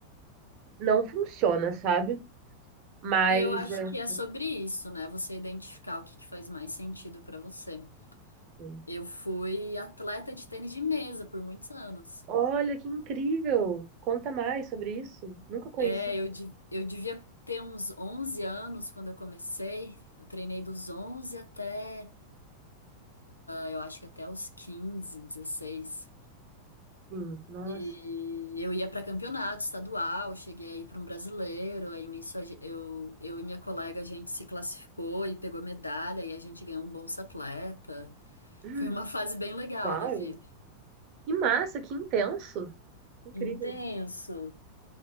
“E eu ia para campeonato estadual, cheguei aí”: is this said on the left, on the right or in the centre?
Left